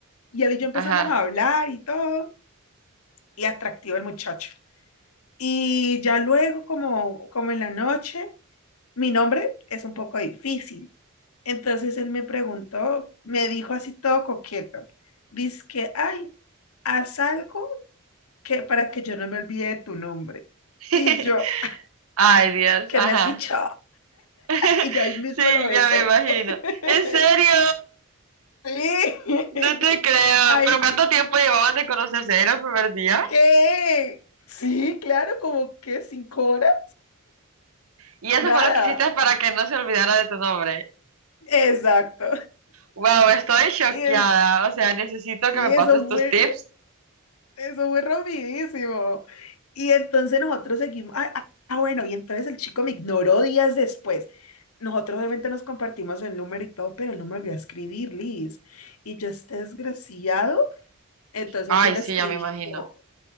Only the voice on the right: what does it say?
Ajá.
<laughs>
Ay, Dios.
Ajá.
<laughs>
Sí,
ya me imagino.
¿En serio?
No te creo.
¿Pero cuánto tiempo llevaban de conocerse? ¿Era el primer día?
Y eso
fue lo que hiciste para que no se olvidara de tu nombre.
Wow, estoy choqueada.
O sea, necesito
que me
pases
tus tips.
Ay,
sí,
ya me imagino.